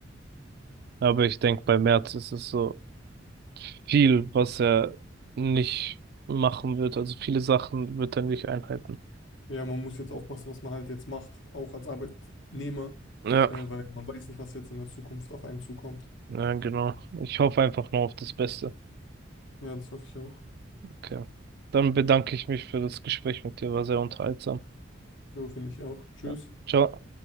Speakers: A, on the right; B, on the left.
A: Aber ich denke, bei Merz ist es so viel, was er nicht machen wird. Also viele Sachen wird er nicht einhalten.
B: Ja, man muss jetzt aufpassen, was man halt jetzt macht, auch als Arbeitnehmer,
A: Ja,
B: äh, weil man weiß nicht, was jetzt in der Zukunft auf einen zukommt.
A: ja, genau. Ich hoffe einfach nur auf das Beste.
B: Ja, das hoffe ich auch.
A: Okay. Dann bedanke ich mich für das Gespräch mit dir. War sehr unterhaltsam.
B: Ja, finde ich auch. Tschüss.
A: Ja. Ciao.